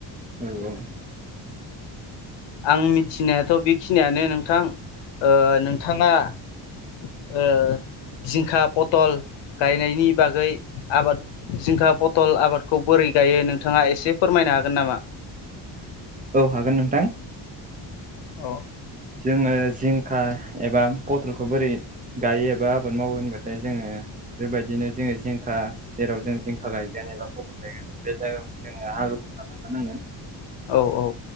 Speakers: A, on the right; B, on the left.
A: औ औ
B: आं मिथिनायाथ' बेखिनियानो नोंथां नोंथाङा ओ जिंखा पथल गायनायनि बागै आबाद जिंखा पथल आबादखौ बोरै गायो नोंथाङा एसे फोरमायनो हागोन नामा?
A: औ हागोन नोंथां।
B: औ
A: जोङो जिंखा एबा पथलखौ बोरै गायो एबा आबाद मावो होनबाथाय जोङो बेबायदिनो जोङो जिंखा जेराव जों जिंखा गायगोन एबा बदल गायगोन बे जायगा जोङो हालौगोरना लागोरनांगोन।
B: औ औ